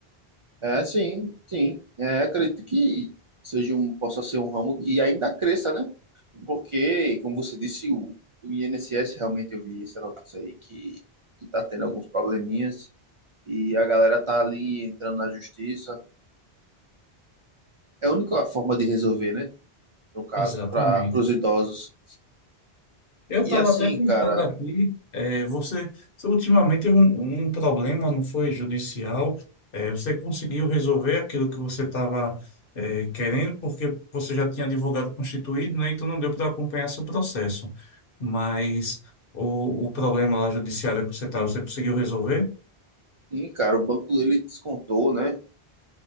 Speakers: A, on the right; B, on the left.
A: é, sim, sim. É, acredito que seja um, possa ser um ramo que ainda cresça, né? Porque, como você disse, o, o INSS, realmente eu vi essa notícia aí, que que está tendo alguns probleminhas e a galera tá ali entrando na justiça. É a única forma de resolver, né? No caso,
B: Exatamente.
A: para os idosos.
B: Eu
A: E
B: estava
A: assim,
B: até pensando
A: cara,
B: aqui, eh, você, você ultimamente teve um, um problema, não foi judicial, eh, você conseguiu resolver aquilo que você estava querendo, porque você já tinha advogado constituído, né? Então não deu para acompanhar seu processo. Mas o, o problema lá judiciário que você estava, você conseguiu resolver?
A: sim, cara, o banco ele descontou, né?